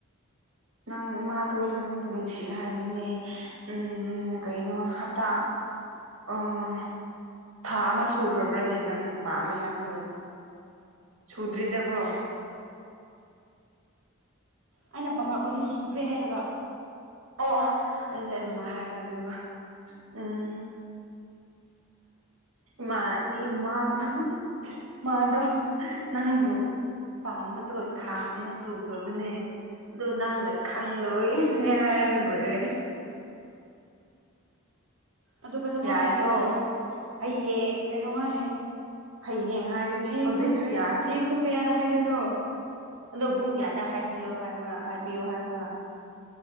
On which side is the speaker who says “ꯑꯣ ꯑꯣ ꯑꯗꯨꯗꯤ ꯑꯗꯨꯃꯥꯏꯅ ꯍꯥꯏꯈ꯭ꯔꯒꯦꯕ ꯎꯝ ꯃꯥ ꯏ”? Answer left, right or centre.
Right